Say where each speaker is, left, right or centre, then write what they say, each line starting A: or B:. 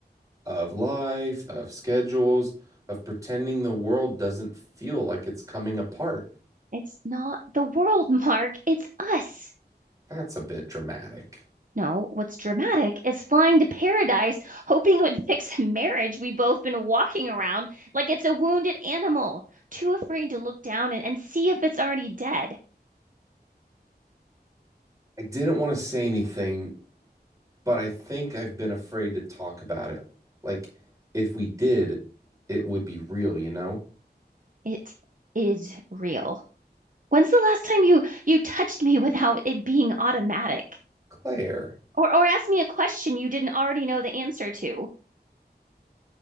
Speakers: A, on the right (about 20°); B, on the right (about 50°).
A: Of life, of schedules, of pretending the world doesn't feel like it's coming apart.
B: It's not the world, <laughs> Mark. It's us.
A: That's a bit dramatic.
B: No, what's dramatic is flying to paradise, hoping it would fix <laughs> a marriage we've both been walking around like it's a wounded animal, too afraid to look down and, and see if it's already dead.
A: I didn't want to say anything, but I think I've been afraid to talk about it. Like, if we did, it would be real, you know?
B: It is real. When's the last time you you touched me <laughs> without it being automatic?
A: Claire,
B: Or or asked me a question you didn't already know the answer to?